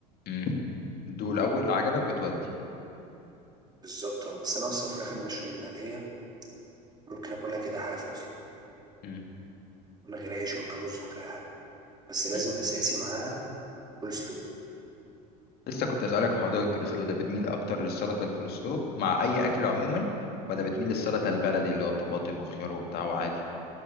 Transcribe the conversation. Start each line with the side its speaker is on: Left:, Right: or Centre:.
Left: مم. دول الاول اللي عجبك بتودي
Right: بالظبط اه بس انا اصلا فراخ المشوي المقليه ممكن اكلها كده حاف اصلا
Left: مم.
Right: من غير عيش من غير رز من غير اي حاجه بس لازم
Left: مم.
Right: اساسي معاها كول سلو
Left: لسه كنت اسالك في موضوع الكولسلو ده بتميل اكتر للسلطه الكولسلو مع اي اكل عموما ولا بتميل للسلطه البلدي اللي هو طماطم وخيار وبتاع وعادي